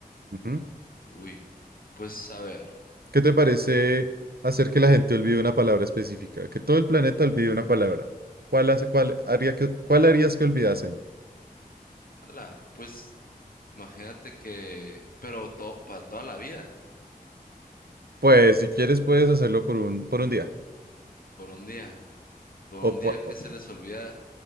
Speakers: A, on the right; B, on the left.
A: Ujú.
B: Uy. Pues a ver.
A: ¿Qué te parece hacer que la gente olvide una palabra específica? Que todo el planeta olvide una palabra. ¿Cuál hace, cuál haría que, cuál harías que olvidasen?
B: Ala. Pues imagínate que. Pero to- para toda la vida.
A: Pues si quieres puedes hacerlo por un, por un día.
B: Por un día. Por un
A: O
B: día
A: po-
B: que
A: o-
B: se les olvida.